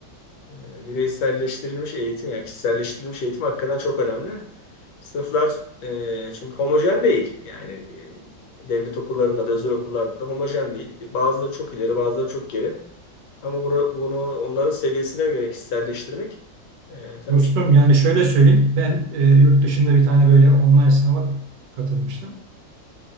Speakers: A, on the left; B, on the right.
A: E, Bireyselleştirilmiş eğitim yani kişiselleştirilmiş eğitim hakikaten çok önemli. Sınıflar e, çünkü homojen değil. Yani e, devlet okullarında da özel okullarda da homojen değil. E, Bazıları çok ileri, bazıları çok geri. Ama bunu, bunu onların seviyesine göre kişiselleştirmek e, tabii
B: dostum
A: iş-
B: yani şöyle söyleyeyim. Ben e, yurt dışında bir tane böyle online sınava katılmıştım.